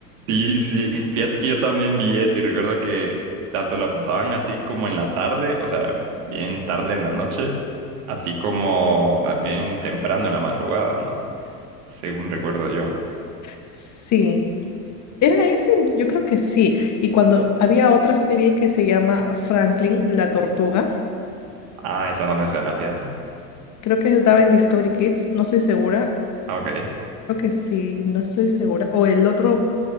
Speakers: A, on the right (about 60°); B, on the left (about 35°).
A: Sí, sí, fíjate que yo también vi eso y recuerdo que tanto la pasaban así como en la tarde, o sea, bien tarde en la noche, así como también temprano en la madrugada, ¿no? Según recuerdo yo.
B: <laughs> Sí, era ese, yo creo que sí. Y cuando había otra serie que se llama Franklin, la tortuga,
A: Ah, esa no me suena, fíjate.
B: creo que daba en Discovery Kids, no estoy segura.
A: Ah, Ok.
B: Creo que sí, no estoy segura. O el otro.